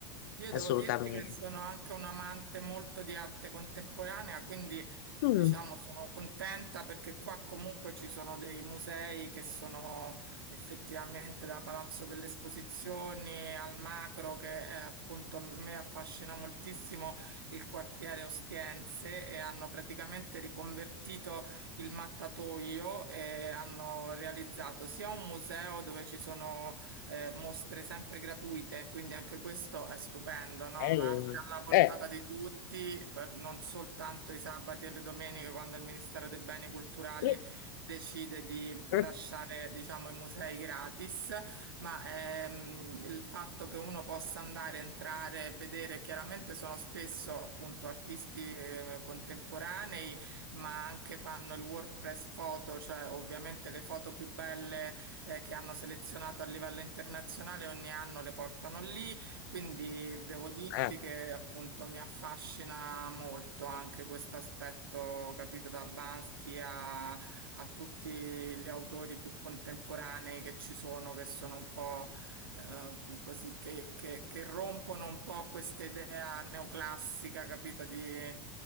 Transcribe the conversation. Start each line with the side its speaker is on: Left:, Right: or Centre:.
Right: Io
Left: assolutamente.
Right: devo dirti che sono anche un amante molto di arte contemporanea, quindi
Left: Mm.
Right: diciamo sono contenta perché qua comunque ci sono dei musei che sono effettivamente da Palazzo delle Esposizioni al Macro, che è, appunto a me affascina moltissimo il quartiere Ostiense e hanno praticamente riconvertito il mattatoio e hanno realizzato sia un museo dove ci sono eh, mostre sempre gratuite, quindi anche questo è stupendo, no?
Left: Bello.
Right: L'arte alla portata
Left: Eh.
Right: di tutti, per- non soltanto i sabati e le domeniche, quando il Ministero dei Beni Culturali
Left: sì,
Right: decide di
Left: Eh,
Right: lasciare, diciamo, i musei gratis, ma ehm, il fatto che uno possa andare, entrare e vedere, chiaramente sono spesso appunto artisti eh, contemporanei, ma anche fanno il WordPress foto, cioè ovviamente le foto più belle eh, che hanno selezionato a livello internazionale, ogni anno le portano lì, quindi devo dirti
Left: eh,
Right: che appunto mi affascina molto anche questo aspetto, capito, da Bansky a a tutti gli autori più contemporanei che ci sono, che sono un po' eh, così che, che- che rompono un po' questa idea neoclassica, capito? Di,